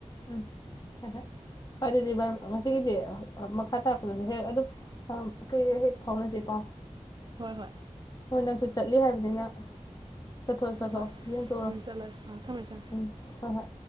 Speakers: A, on the left (about 30°); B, on the right (about 40°).
A: ꯎꯝ ꯍꯣꯏ ꯍꯣꯏ ꯍꯣꯏ ꯑꯗꯨꯗꯤ ꯚꯥꯏ ꯉꯁꯤꯒꯤꯗꯤ ꯃꯈꯥ ꯇꯥꯔꯛꯄꯗꯗꯤ ꯍꯦꯛ ꯑꯗꯨꯝ ꯀ ꯍꯦꯛ ꯐꯥꯎꯅꯁꯤ ꯄꯥꯎ
B: ꯍꯣꯏ ꯍꯣꯏ
A: ꯍꯣꯏ ꯅꯪꯁꯨ ꯆꯠꯂꯤ ꯍꯥꯏꯕꯅꯤꯅ ꯆꯠꯊꯣ ꯆꯠꯊꯣꯛ
B: ꯍꯣꯏ ꯍꯣꯏ
A: ꯌꯦꯡꯊꯣꯛꯔꯣ
B: ꯎꯝ ꯆꯠꯂꯒꯦ ꯑꯥ ꯊꯝꯃꯦ ꯊꯝꯃꯦ
A: ꯎꯝ ꯍꯣꯏ ꯍꯣꯏ